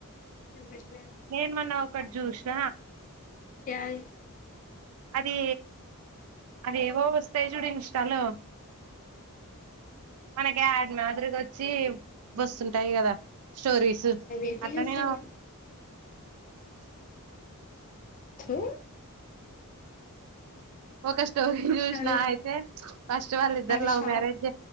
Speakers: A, on the left; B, on the right.
A: ఇంట్రస్ట్
B: నేనుమన్నా ఒకటి చూసిన
A: యాలు
B: అది అవివో వస్తాయి చూడి ఇన్ష్టలో మనకి యాడ్డ్ మాదిరిగా వచ్చి వస్తుంటాయి కదా స్టోరీస్
A: అవేంటి
B: అతనే
A: చూస్తాం హు
B: ఒక స్టోరీ చూసినా
A: అవి
B: అయితే ఫస్ట్ వాళ్ళ ఇద్దరు
A: అవి
B: లవ్
A: షార్ట్
B: మ్యారేజ్